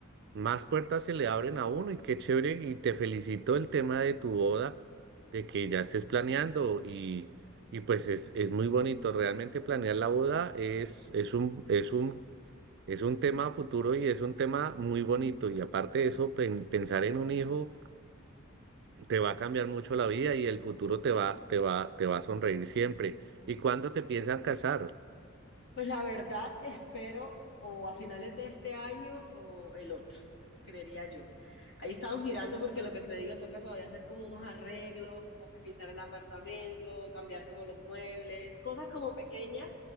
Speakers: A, on the right; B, on the left.
A: más puertas se le abren a uno y qué chévere. Y te felicito el tema de tu boda, de que ya estés planeando y, y pues es, es muy bonito. Realmente planear la boda es, es un, es un Es un tema a futuro y es un tema muy bonito. Y aparte de eso, pen- pensar en un hijo te va a cambiar mucho la vida y el futuro te va, te va, te va a sonreír siempre. ¿Y cuándo te piensan casar?
B: Pues la verdad, espero o a finales de este año o el otro, creería yo. Ahí estamos mirando porque lo que te digo, toca todavía hacer como unos arreglos, como que pintar el apartamento, cambiar como los muebles, cosas como pequeñas,